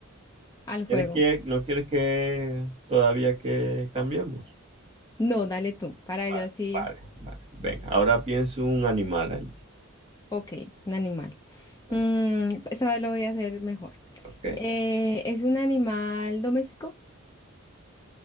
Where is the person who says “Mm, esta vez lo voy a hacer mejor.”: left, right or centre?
Left